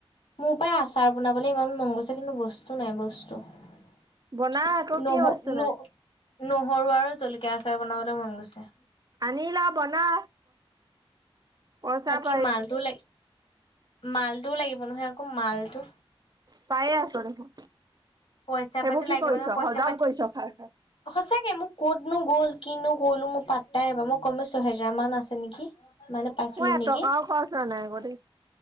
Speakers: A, on the left; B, on the right.
A: মোৰ প্ৰায় আচাৰ বনাবলৈ ইমান মন গৈছে, কিন্তু বস্তু নাই বস্তু। নহ
B: বনা আকৌ কি বস্তু
A: ন
B: নাই
A: নহৰু আৰু জলকীয়া আচাৰ বনাবলে মন গৈছে।
B: আনিল‌ বনা। পইচা
A: তাকে
B: পাই
A: মালটোও লাগি মালটোও লাগিব নহয় আকৌ মালটো।
B: পায়ে আচ দেখোন।
A: পইচা
B: সেইবোৰ
A: পাতি
B: কি
A: লাগিব
B: কৰিছ
A: নহয় পইচা
B: হজম
A: পাতি।
B: কৰিছ খাই খাই
A: সচাকে মোক ক'তনো গ'ল কিনো গ'লো মোৰ পাতটাই নাপাওঁ, মই কম ছহেজাৰ মান আছে নেকি। মানে পাইছিলো
B: মোৰ এটকাও
A: নেকি
B: খৰচ হোৱা নাই আকৌ দেই,